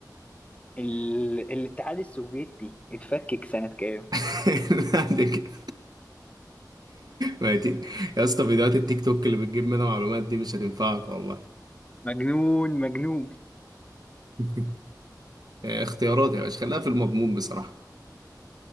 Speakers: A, on the left; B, on the right.
A: ال... الاتحاد السوفيتي اتفكك سنة كام؟
B: <laughs> لا هديك ميتين يا اسطى فيديوهات التيك توك اللي بتجيب منها معلومات دي مش هتنفعك والله
A: مجنون مجنون
B: <laughs> آه، اختيارات يا باشا خليها في المضمون بصراحه